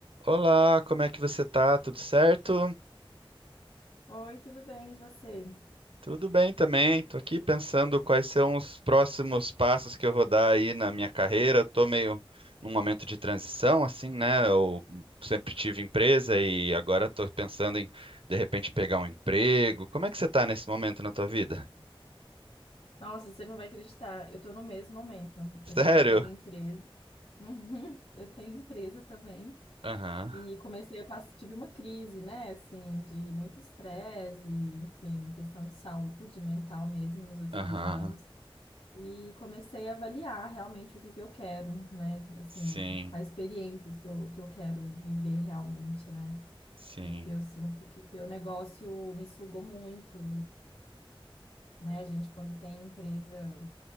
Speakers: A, on the right (about 70°); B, on the left (about 80°).
A: Olá, como é que você tá? Tudo certo?
B: Oi, tudo bem, e você?
A: Tudo bem também. Tô aqui pensando quais são os próximos passos que eu vou dar aí na minha carreira. Eu Tô meio num momento de transição, assim, né? Eu sempre tive empresa e agora tô pensando em, de repente, pegar um emprego. Como é que você tá nesse momento na tua vida?
B: Nossa, você não vai acreditar, eu tô no mesmo momento. Eu
A: Sério?
B: também tenho empresa. <laughs> Uhum, eu tenho empresa também.
A: Aham,
B: E comecei a passar, tive uma crise, né, assim, de muito estresse, e, enfim, questão de saúde mental mesmo nos últimos
A: aham.
B: anos. E comecei a avaliar realmente o que que eu quero, né, assim,
A: Sim,
B: quais experiências que eu, que eu quero viver realmente, né?
A: sim,
B: Porque eu sinto que teu negócio me sugou muito né? A gente, quando tem empresa,